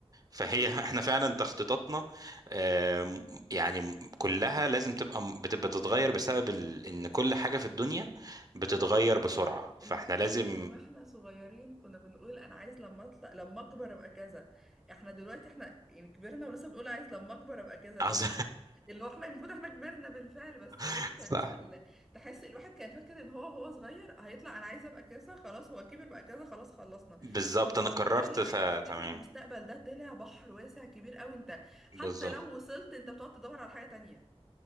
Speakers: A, on the right; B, in the centre.
A: فهي
B: فكرة
A: <laughs> احنا فعلا تخطيطاتنا آم، يعني م- كلها لازم تبقى م- بت- بتتغير بسبب ال... ان كل حاجة في الدنيا بتتغير بسرعة فاحنا
B: الفكرة
A: لازم
B: ان واحنا صغيرين كنا بنقول انا عايز لما اطلع لما اكبر ابقى كذا احنا دلوقتي احنا يعني كبرنا ولسه بنقول عايز لما اكبر ابقى كذا اللي
A: عز-
B: هو إيه؟ اللي هو احنا المفروض احنا كبرنا بالفعل بس
A: <laughs>
B: لسه
A: صح
B: لسه ال... تحس الواحد كان فاكر ان هو هو صغير هيطلع انا عايزه ابقى كذا خلاص هو كبر بقى كذا خلاص خلصنا
A: بالظبط
B: لا،
A: انا
B: موضوع
A: قررت
B: ال-
A: فتمام
B: التخطيط للمستقبل ده طلع بحر واسع كبير قوي انت حتى
A: بالظبط
B: لو وصلت انت بتقعد تدور على حاجه تانية